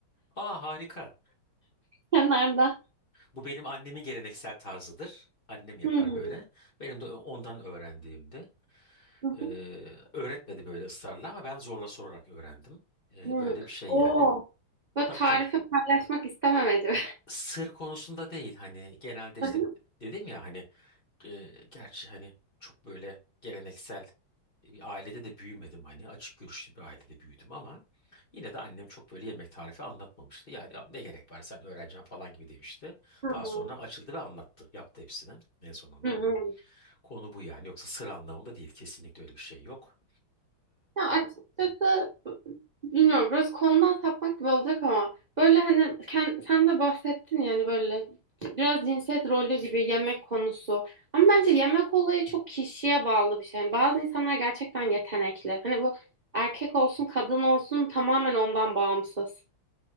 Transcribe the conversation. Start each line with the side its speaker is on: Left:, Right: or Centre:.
Left: Aa harika.
Right: Kenarda.
Left: Bu benim annemin geleneksel tarzıdır. Annem yapar
Right: Hmm,
Left: böyle. Benim de ondan öğrendiğimdi.
Right: hı
Left: Ee,
Right: hı,
Left: öğretmedi böyle ısrarla ama ben zorla sorarak öğrendim. Ee,
Right: hı.
Left: böyle bir şey
Right: Oo,
Left: yani.
Right: bu
Left: Tabii
Right: tarifi
Left: tabii.
Right: paylaşmak istememeci.
Left: Sır konusunda değil hani genelde işte
Right: <laughs>
Left: dedim ya hani e, gerçi hani çok böyle geleneksel bir ailede de büyümedim hani açık görüşlü bir ailede büyüdüm ama yine de annem çok böyle yemek tarifi anlatmamıştı. Yani "Ya ne gerek var sen öğreneceksin falan gibi demişti.
Right: Hı
Left: Daha
Right: hı.
Left: sonra açıldı ve anlattı. Yaptı hepsini en sonunda.
Right: Hı hı.
Left: Konu bu yani yoksa sıra anlamında değil kesinlikle öyle bir şey yok.
Right: Ya açıkçası bilmiyorum biraz konudan sapmak gibi olacak ama böyle hani sen, sen de bahsettin yani böyle biraz cinsiyet rolü gibi yemek konusu. Ama bence yemek olayı çok kişiye bağlı bir şey. Yani bazı insanlar gerçekten yetenekli. Hani bu erkek olsun kadın olsun tamamen ondan bağımsız.